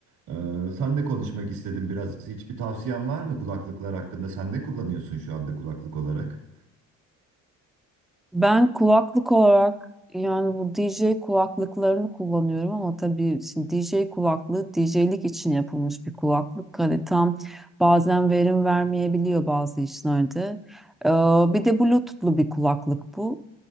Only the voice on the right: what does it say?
Ee, sen de konuşmak istedim biraz. Hiçbir tavsiyen var mı kulaklıklar hakkında? Sen ne kullanıyorsun şu anda kulaklık olarak?